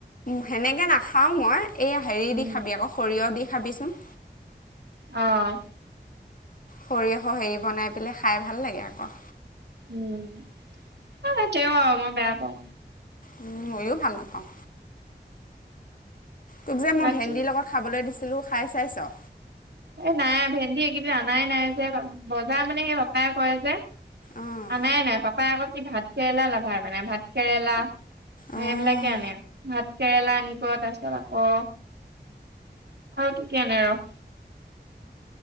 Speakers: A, on the left; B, on the right.
A: সেনেকৈ নাখাওঁ মই এই হেৰি
B: উম
A: দি খাবি আকৌ সৰিয়হ দি খাবিচোন
B: অ,
A: সৰিয়হ হেৰি বনাই পেলাই, খাই ভাল লাগে আকৌ।
B: উম, তেওঁ আৰু মই বেয়া পাওঁ।
A: উম, ময়ো ভাল নাপাওঁ। তোক যে মই
B: ৰাতি
A: ভেন্দিৰ লগত খাবলৈ দিছিলোঁ, খাই চাইছ?
B: এই নাই, ভেন্দি এইকেইদিন অনাই নাই যে, বজাৰ মানে সেই পাপাই কৰে যে।
A: অঁ
B: আনাই, নাই, পাপাই আকৌ, কি ভাত কেৰেলা, লাভাৰ মানে, ভাত কেৰেলা।
A: অঁ
B: সেইবিলাকে আনে। ভাত কেৰেলা আনিব, তাৰ পিছত আকৌ আৰু কি কি আনে ৰহ।